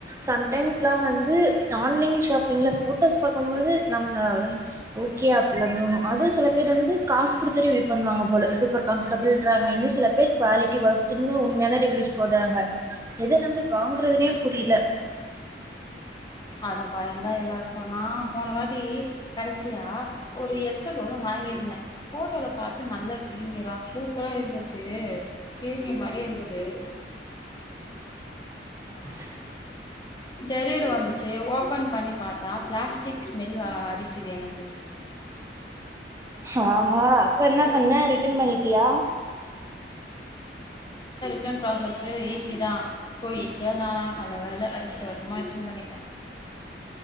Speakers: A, on the right; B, on the left.
A: சம்டைம்ஸ்லா வந்து ஆன்லைன் ஷாப்பிங்ல போட்டோஸ் பாக்கும்போது நம்ம வந் ஓகே அப்டில்லா தோணு அதுவு சில பேர் வந்து காசுகுடுத்து ரிவியூ பண்ணுவாங்க போல, சூப்பர் கண்ஃடேபில்றாங்க இன்னு சில பேர் குவாலிடி ஒர்ஸ்ட்னு உண்மையான ரிவியூஸ் போட்றாங்க எத நம்பி வாங்கறதுனே புரில
B: அந்த பயோந்தா எல்லாருக்கு, நா போனவாடி கடைசியா ஒரு ஹெட்செட் ஒண்ணு வாங்கியிருந்தே போட்டோல பாார்க நல்ல பிரீமியரா சூப்பரா இருந்து ச்சு பீரிமியம் மாரியே இருந்துது
A: ச்சு
B: டெலிவரி வந்துச்சு ஓபன் பண்ணி பாத்தா பிளாஸ்டிக் ஸ்மெல் ஆ அடிச்சுது எனக்கு
A: ஹா ஹா அப்ப என்ன பண்ண ரிட்டன் பண்ணி ட்டியா
B: டன் ப்ராஸ்சு ஈஸி தா சோ ஈஸியா நா நல்ல வேல அதிர்ஷ்டவசமா ரிட்டன் பண்ணிட்டே